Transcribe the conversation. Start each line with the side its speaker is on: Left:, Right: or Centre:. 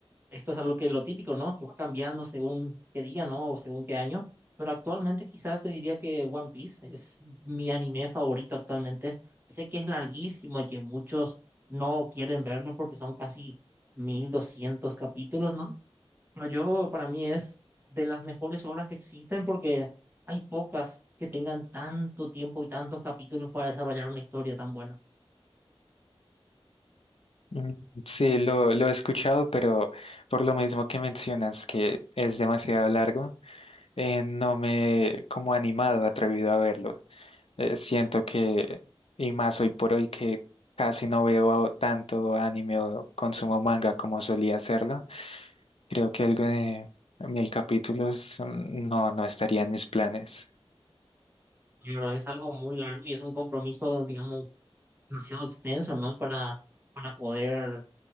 Right: esto es algo que lo típico, ¿no? Que va cambiando según qué día, ¿no? O según qué año. Pero actualmente quizás te diría que One Piece es mi anime favorito actualmente. Sé que es larguísimo y que muchos no quieren verlo porque son casi 1200 capítulos, ¿no? Pero yo, para mí, es de las mejores obras que existen porque hay pocas que tengan tanto tiempo y tantos capítulos para desarrollar una historia tan buena.
Left: Mm, Sí, lo, lo he escuchado, pero por lo mismo que mencionas que es demasiado largo, eh, no me he como animado, atrevido a verlo. Eh, siento que, y más hoy por hoy, que casi no veo tanto anime o consumo manga como solía hacerlo. Creo que algo de mil capítulos mm, no, no estaría en mis planes.
Right: Pero es algo muy largo y es un compromiso, digamos, demasiado extenso, ¿no? Para, para poder